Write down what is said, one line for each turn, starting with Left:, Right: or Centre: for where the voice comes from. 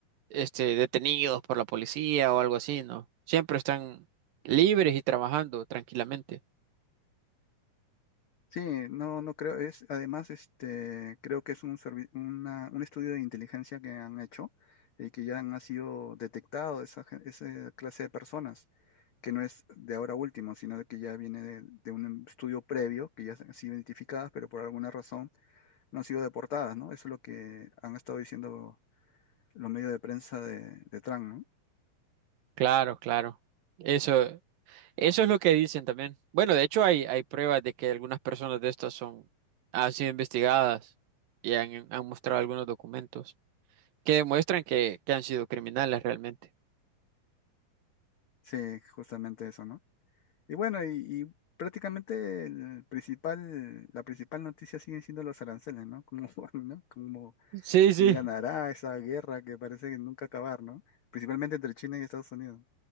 Right: este detenidos por la policía o algo así, ¿no? Siempre están libres y trabajando tranquilamente.
Left: Sí, no, no creo, es, además, este, creo que es un, servi- una- un estudio de inteligencia que han hecho y que ya han, ha sido detectado esa, gen- esa clase de personas, que no es de ahora último, sino de que ya viene de, de un estudio previo, que ya han sido identificadas, pero por alguna razón no han sido deportadas, ¿no? Eso es lo que han estado diciendo los medios de prensa de, de Trump, ¿no?
Right: Claro, claro. Eso, eso es lo que dicen también. Bueno, de hecho hay, hay pruebas de que algunas personas de estas son, han sido investigadas y han, han mostrado algunos documentos que demuestran que, que han sido criminales realmente.
Left: Sí, justamente eso, ¿no? Y bueno, y, y prácticamente el principal, la principal noticia siguen siendo los aranceles, ¿no? Como, <laughs> van, ¿no? Como
Right: Sí, sí,
Left: quién ganará esa guerra que parece que nunca acabar, ¿no? Principalmente entre China y Estados Unidos.